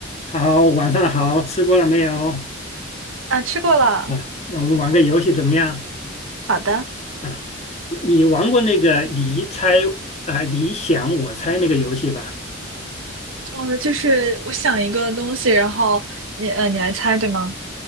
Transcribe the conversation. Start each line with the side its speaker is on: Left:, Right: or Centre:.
Left: 好，晚上好，吃过了没有？
Right: 啊，吃过了。
Left: 啊，那我们玩个游戏怎么样？
Right: 好的，
Left: 啊，你玩过那个你猜啊、你想我猜那个游戏吧？
Right: 呃，就是我想一个东西，然后你呃，你来猜，对吗？